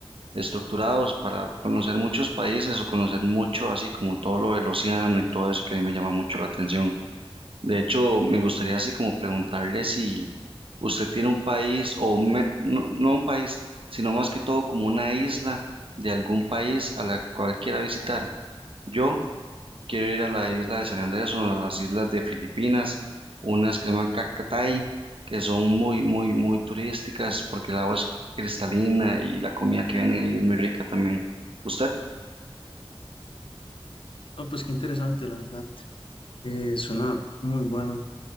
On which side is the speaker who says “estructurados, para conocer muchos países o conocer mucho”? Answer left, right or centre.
Right